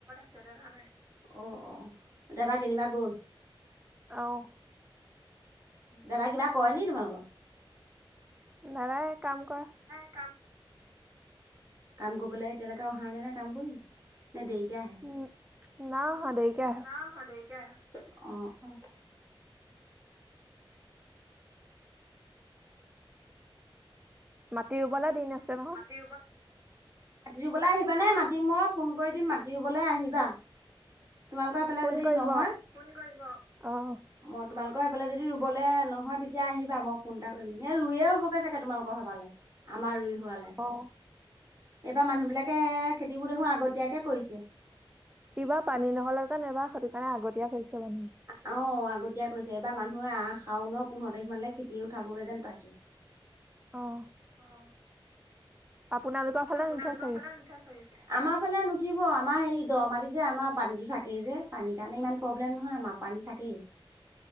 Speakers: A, on the right; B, on the right.
A: অ', অ', দাবা কেনিবা গ'ল?
B: অ'।
A: দাদা কিবা কৰে নেকি তোমালোকৰ?
B: দাদাই কাম কৰে।
A: অ', কাম কৰিবলৈ এতিয়ালৈকে অহাই নাই নেকি কাম কৰি। ন দেৰিকে আহে,
B: উম নাই অহা দেৰিকে আহে
A: নাই অহা দেৰিকে আহে, অ' অ'।
B: মাতি ৰুবলৈ দিন আছে। নহয়।
A: মাটি ৰুবলৈ আহিবা নে, মাতি, মই ফোন কৰি দিম মাটি ৰুবলৈ আহিবা। তোমালোকৰ সেইফালে
B: ফোন
A: যদি
B: কৰিব
A: নহয়, ফোন কৰিব
B: অ'
A: মই তোমালোকৰ সেইফালে যদি ৰুবলৈ নহয়, তেতিয়া আহিবা মই ফোন এটা কৰিম নে ৰুৱে হ'বগে চাগৈ তোমালোকৰ সেইফালে। আমাৰ ৰুই ৰুৱালে,
B: অ'
A: এইবাৰ মানুহ বিলাকে খেতিবোৰ দেখোন আগতিয়াকে কৰিছে।
B: এইবাৰ পানী নহ'লে যেন এবাৰ সেইটো কাৰণে আগতীয়া কৰিছে মানুহ।
A: অ' আগতীয়া কৰিছে, এবাৰ মানুহে আহ শাওঁনৰ পোন্ধৰ তাৰিখ মানলৈ খেতি উঠাবগৈ যেন পাইছোঁ।
B: অ'।
A: অ'।
B: আপোনালোকৰ ফালে
A: আপোনাৰলোকৰ
B: নুঠে চাগে?
A: ফালে নোঠে চাগে। আমাৰ ফালে নুঠিব, আমাৰ হেই দ মাতি যে আমাৰ পানীতো থাকেই যে পানীৰ কাৰণে ইমান প্ৰব্লেম নহয় আমাৰ। পানী থাকেই।